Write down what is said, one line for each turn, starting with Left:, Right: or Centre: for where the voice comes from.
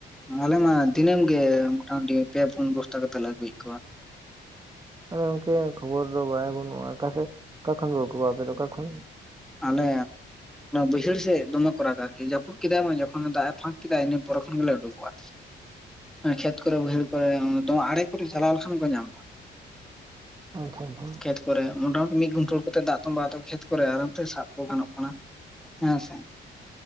Centre: ᱟᱞᱮ ᱢᱟ ᱫᱤᱱᱟᱹᱢ ᱜᱮ ᱢᱚᱴᱟᱢᱩᱴᱤ ᱯᱮ ᱯᱩᱱ ᱵᱚᱥᱛᱟ ᱠᱟ ᱠᱟᱛᱮᱛ ᱞᱮ ᱟᱹᱜᱩᱭᱮᱫ ᱠᱚᱣᱟ
Right: ᱛᱟᱦᱚᱞᱮ ᱜᱚᱝᱠᱮ ᱠᱷᱚᱵᱚᱨ ᱫᱚ ᱵᱟᱲᱟᱭ ᱵᱟᱹᱱᱩᱜᱼᱟ ᱚᱠᱟ ᱥᱮᱫ ᱚᱠᱟ ᱠᱷᱚᱱ ᱟᱹᱜᱩ ᱠᱚᱣᱟ ᱟᱯᱮ ᱫᱚ ᱚᱠᱟ ᱠᱷᱚᱱ
Centre: ᱟᱞᱮ ᱵᱟᱹᱭᱦᱟᱹᱲ ᱥᱮᱮᱫ ᱫᱚᱢᱮ ᱠᱚᱨᱟᱟᱜᱟ ᱟᱨᱠᱤ ᱡᱟᱹᱯᱩᱫ ᱠᱮᱫᱟᱭ ᱵᱟᱝ ᱡᱚᱠᱷᱚᱱ ᱫᱟᱜ ᱮ ᱯᱷᱟᱸᱠ <inaudible> ᱤᱱᱟᱹ ᱯᱚᱨ ᱠᱷᱚᱱᱚᱱ ᱜᱮᱞᱮ ᱩᱰᱩᱠᱣᱟ ᱠᱷᱮᱛ ᱠᱚᱨᱮ ᱵᱟᱹᱭᱦᱟᱹᱲ ᱠᱚᱨᱮᱢ ᱟᱲᱮ ᱠᱚᱨᱮ ᱪᱟᱞᱟᱣ ᱞᱮᱠᱷᱟᱱ ᱠᱚ ᱧᱟᱢᱼᱟ
Right: <unintelligible>
Centre: ᱠᱷᱮᱛ ᱠᱚᱨᱮ ᱢᱚᱴᱟᱢᱩᱴᱤ ᱢᱤᱫ ᱜᱷᱩᱱᱴᱟᱹᱲ ᱠᱟᱛᱮ ᱫᱟᱜ ᱛᱚᱸᱵᱟ ᱛᱚ ᱠᱷᱮᱛ ᱠᱚᱨᱮ ᱟᱨᱟᱢ ᱛᱮ ᱥᱟᱵ ᱠᱚ ᱜᱟᱱᱚᱜ ᱠᱟᱱᱟ ᱦᱮᱸ ᱥᱮ